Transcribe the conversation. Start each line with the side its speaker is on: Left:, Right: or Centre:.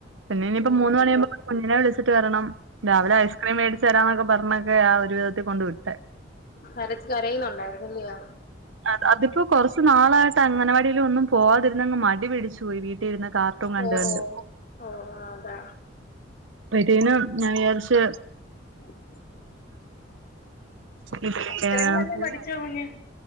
Right: പിന്ന ഇനിയിപ്പ
Left: ഉം
Right: മൂന്ന് മണിയാവുമ്പോ കുഞ്ഞിനെ വിളിച്ചിട്ട് വരണം രാവിലെ ഐസ്ക്രീം മേടിച്ച് തരാന്നൊക്കെ പറഞ്ഞൊക്കെ ആ ഒരു വിധത്തികൊണ്ട് വിട്ടെ
Left: കരച്ച് കരയുന്നുണ്ടായിരുന്നല്യോ?
Right: അ അതിപ്പോ കുറച്ച് നാളായിട്ട് അംഗനവാടിയിലൊന്നും പോവാതിരുന്നങ്ങ് മടി പിടിച്ച് പോയി വീട്ടി ട്ടിയിരുന്ന് കാർട്ടൂൺ കണ്ടു
Left: ഓ
Right: കണ്ട്
Left: ഓ ഓ അതാ
Right: പ്പതിനും ഞാൻ വിയാരിച്ച്
Left: <inaudible>
Right: ഇത്
Left: അക്ഷരങ്ങളെല്ലാം
Right: പോയി
Left: പഠിച്ചോ കുഞ്ഞ്